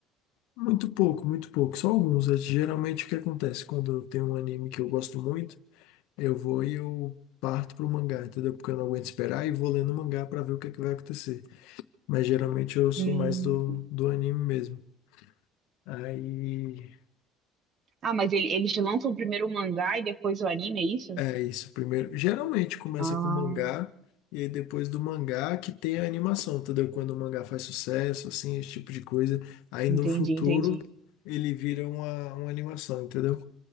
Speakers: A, on the left; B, on the right.
A: Muito pouco, muito pouco, só alguns. É, Geralmente o que acontece quando tem um anime que eu gosto muito, eu vou e eu parto pro mangá, entendeu? Porque eu não aguento esperar e vou lendo o mangá pra ver o que é que vai acontecer. Mas geralmente eu sou
B: Hum.
A: mais do, do anime mesmo. Aí
B: Ah, mas ele- eles lançam primeiro o mangá e depois o anime, é isso?
A: é isso, primeiro. Geralmente começa
B: Ah,
A: com mangá e aí depois do mangá que tem a animação, entendeu? Quando o mangá faz sucesso, assim, esse tipo de coisa, aí
B: entendi,
A: no futuro
B: entendi.
A: ele vira uma, uma animação, entendeu?